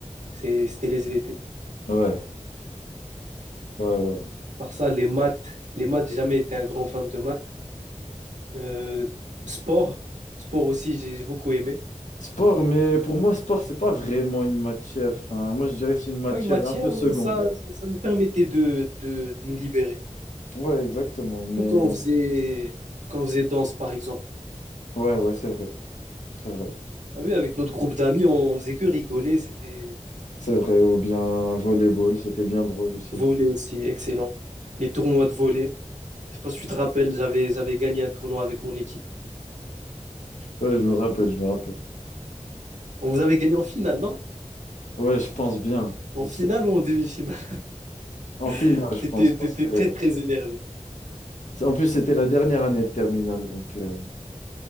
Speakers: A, on the right (about 70°); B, on the left (about 75°).
A: C'est- C'était les SVT.
B: Ouais, ouais, ouais.
A: Par ça, les maths. Les maths, j'ai jamais été un grand fan de maths. Euh, sport. Sport aussi, j'ai j'ai beaucoup aimé.
B: Sport, mais pour moi, sport, c'est pas vraiment une matière. Enfin, moi, je dirais que c'est une matière
A: pas une matière,
B: un peu secondaire.
A: mais ça, ça, ça nous permettait de, de nous libérer.
B: Ouais, exactement. Mais
A: Tout quand on faisait, quand on faisait danse, par exemple.
B: ouais, ouais, c'est vrai, c'est vrai,
A: Ah oui, avec notre groupe d'amis, on, on faisait que rigoler. C'était
B: c'est vrai. Ou bien volleyball, c'était bien drôle aussi.
A: volley aussi, excellent. Les tournois de volley. Je sais pas si tu te rappelles, j'avais, j'avais gagné un tournoi avec mon équipe.
B: Ouais, je me rappelle, je me rappelle.
A: On vous avait gagné en finale, non?
B: Ouais, je pense bien.
A: En
B: C'est-
A: finale ou en demi-finale?
B: En finale,
A: <laughs>
B: je
A: T'étais,
B: pense, parce
A: t'étais
B: que
A: très, très énervé.
B: en plus, c'était la dernière année de terminale, donc euh,